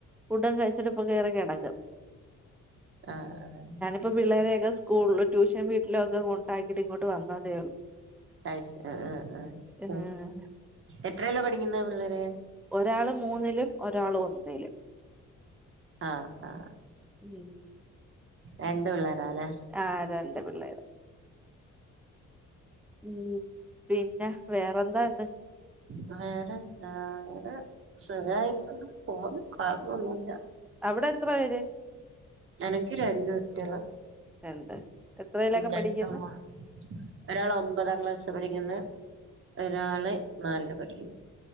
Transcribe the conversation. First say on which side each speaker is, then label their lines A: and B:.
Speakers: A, in the centre; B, on the right.
A: ഫുഡും കഴിച്ചിട്ട് ഇപ്പൊ കേറി കെടക്കും.
B: ആഹ് ആഹ് അതെ.
A: പ്പ പിള്ളേരെയൊക്കെ സ്കൂൾല് ട്യൂഷൻ വീട്ടിലൊക്കെ കൊണ്ടാക്കിട്ടിങ്ങോട്ട് വന്നതേ ള്ളൂ.
B: ടൈശ് അ അ അ അ
A: ഏഹ്
B: അ എത്രയെല്ലാ പഠിക്ക്യുന്ന പിള്ളേര്.
A: ഒരാള് മൂന്നിലും ഒരാൾ ഒന്നിലും.
B: ആഹ് ആഹ്.
A: ഉം
B: രണ്ട് പിള്ളേരാല്ലേ
A: ആഹ് രണ്ട് പിള്ളേര് ഉം പിന്നെ വേറെന്താണ്ട്
B: വേറെന്ത ങ്ങനെ സുഖയിട്ട് പോകുന്നു കൊഴപ്പൊന്നുല്ല
A: അവിടെ എത്ര പേര്
B: അനക്ക് രണ്ടു കുട്ടിയള്
A: രണ്ട് എത്രയിലൊക്കെ പഠിക്കുന്ന്‌
B: രണ്ടാളാ ഒരാള് ഒമ്പതാം ക്ലാസ് പഠിക്കുന്നെ ഒരാള് നാല പഠിക്കുന്നു